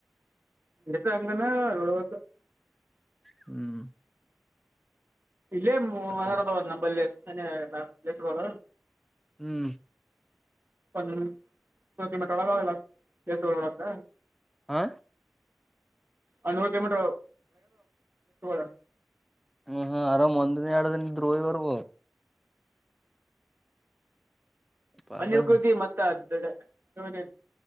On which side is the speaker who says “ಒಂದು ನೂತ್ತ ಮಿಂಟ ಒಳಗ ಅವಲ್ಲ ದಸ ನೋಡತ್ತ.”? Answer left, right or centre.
Right